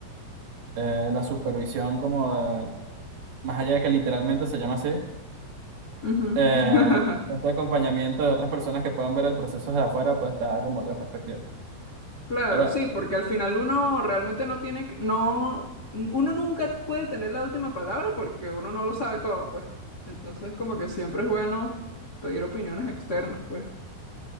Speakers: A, on the right (about 60°); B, on the left (about 50°).
A: eh, la supervisión como de- más allá de que literalmente se llama así,
B: Ujú.
A: eh,
B: <laughs>
A: este acompañamiento de otras personas que puedan ver el proceso desde afuera, pues te da como otra perspectiva.
B: Claro,
A: Pero,
B: sí, porque al final uno realmente no tiene que, no, uno nunca puede tener la última palabra porque uno no lo sabe todo, pues. Entonces, como que siempre es bueno pedir opiniones externas, pues.